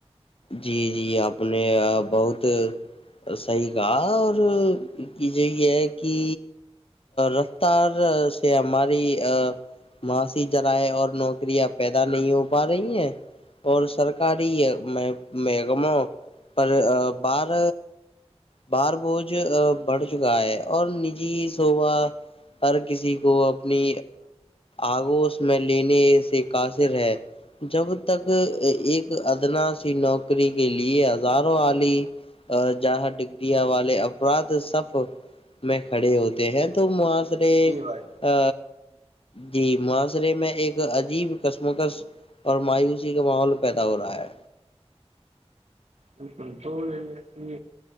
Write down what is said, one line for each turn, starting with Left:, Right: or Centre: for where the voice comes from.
Left: جی جی آپ نے بہت صحیح کہا اور کی جوے یہ ہے کہ رفتار سے ہماری ماسی جرائے اور نوکریاں پیدا نہیں ہو پا رہی ہیں اور سرکاری میں مگموں پر باہر بار بوج ا بڑھ چکا ہے اور نجی سوبا ہر کسی کو اپنی آگو اس میں لیینی ای قاصر ہے جب تک ایک ادنا سی نوکری کے لیے ہزاروں الی ا جہاں دیا والے افراد صف میں کھڑے ہوتے ہیں تو معاشرے
Right: ہیں جی بھائی
Left: ا جی معحاشرے میں ایک عجیب قسم کا اور مایوسی کا ماحول پیدا ہو رہا ہے
Right: بالکل تو گ